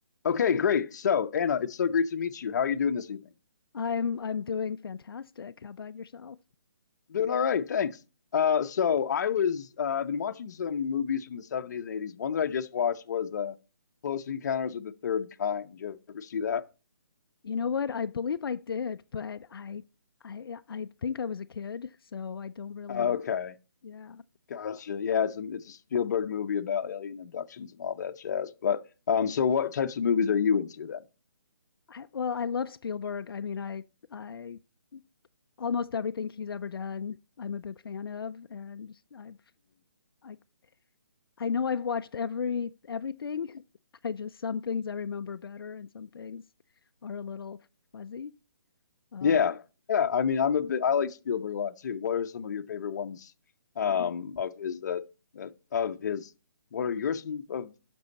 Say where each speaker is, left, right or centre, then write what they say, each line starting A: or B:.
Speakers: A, on the left; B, on the left.
A: Okay, great. So, Anna, it's so great to meet you. How are you doing this evening?
B: I'm I'm doing fantastic. How about yourself?
A: Doing all right, thanks. Uh, so I was uh, I've been watching some movies from the 70s and 80s. One that I just watched was uh, Close Encounters of the Third Kind. Did you ever see that?
B: You know what? I believe I did, but I I I think I was a kid, so I don't really
A: Okay,
B: re- yeah.
A: gotcha. Yeah, it's a, it's a Spielberg movie about alien abductions and all that jazz. But um, so what types of movies are you into then?
B: I, well, I love Spielberg. I mean, I I almost everything he's ever done, I'm a big fan of, and I've I I know I've watched every everything. <laughs> I just some things I remember better, and some things are a little fuzzy. Uh,
A: Yeah. Yeah. I mean, I'm a bit, I like Spielberg a lot too. What are some of your favorite ones um
B: um,
A: of his that that of his what are yours some of